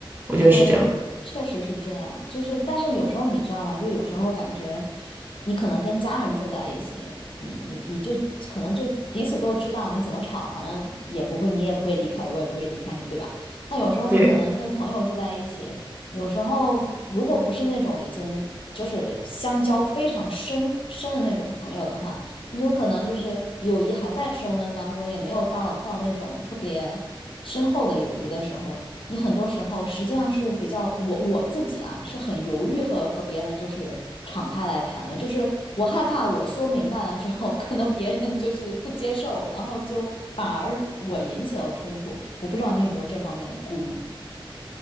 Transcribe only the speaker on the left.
对，确实是这样。就是，但是有时候你知道吗？就有时候感觉，你可能跟家人住在一起，你你你就可能就彼此都知道你怎么吵，反正也不会，你也不会离开我，我也不会离开你，对吧？但有时候你可能跟朋友住在一起，
有时候如果不是那种已经就是相交非常深深的那种朋友的话，你有可能就是友谊还在升温当中，也没有到到那种特别深厚的友谊的时候。你很多时候实际上是比较我我自己啊，是很犹豫和和别人就是敞开来谈的，就是我害怕我说明白了之后，<laughs> 可能别人就是不接受，然后就反而我引起了冲突。我不知道你有没有这方面的顾虑。